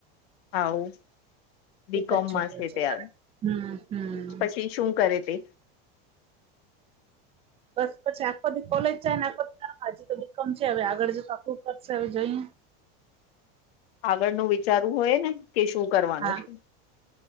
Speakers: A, on the left; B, on the right.
A: આવું બી
B: એક
A: કોમમાં
B: જ છોકરો
A: છે તાર
B: મારે હમ હમ
A: પછી શું કરે તે
B: બસ પછી આખો દી કોલેજ જાય ને આખો હાજી તો બિકમ છે હવે આગળ જતા ફું કરશે હવે જઈએ
A: આગળ ન વિચારવું હોય ને કે શું કરવાનું
B: હા
A: છે